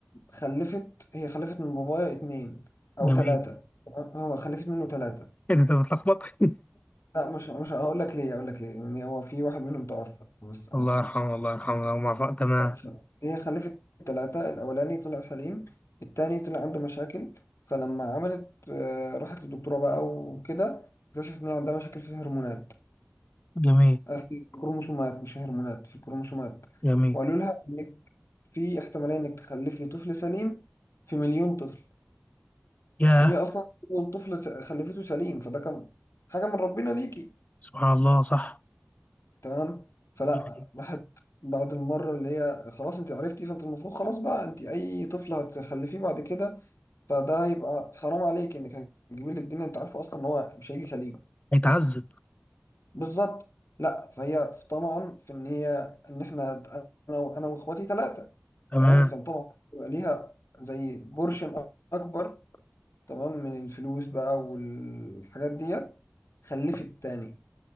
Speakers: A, on the left; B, on the left.
A: خلفت هي خلفت من بابايا اتنين او
B: جميل
A: ثلاثه هو خلفت منه ثلاثه
B: ايه ده انت بتلخبط <laughs>
A: لا مش مش هقول لك ليه هقول لك ليه ان هو في واحد منهم توفى بس
B: الله يرحمه الله يرحمه الله يرحمه ويعفو- تمام
A: ف- ف- هي خلفت ثلاثة الأولاني طلع سليم التاني طلع عنده مشاكل فلما عملت آه، راحت للدكتورة بقى وكده اكتشفت إن هي عندها مشاكل في الهرمونات
B: جميل
A: آه، في الكروموسومات مش هرمونات في الكروموسومات
B: جميل
A: وقالوا لها إنك في احتمالية إنك تخلفي طفل سليم في مليون طفل
B: ياه
A: وهي أصلا أول طفل س- خلفته سليم فده كان حاجة من ربنا ليكي
B: سبحان الله صح
A: تمام فلا
B: يعني
A: راحت بعد المرة اللي هي خلاص انت عرفتي فانت المفروض خلاص بقى انت اي طفل هتخلفيه بعد كده فده هيبقى حرام عليك انك هتجيبي له الدنيا انت عارفه اصلا ان هو مش هيجي سليم
B: هيتعذب
A: بالظبط لا فهي في- طبعا في ان هي ان احنا انا وانا واخواتي ثلاثة
B: تمام
A: تمام فطبعا بيبقى ليها زي بورشن اكبر تمام من الفلوس بقى والحاجات ديت خلفت تاني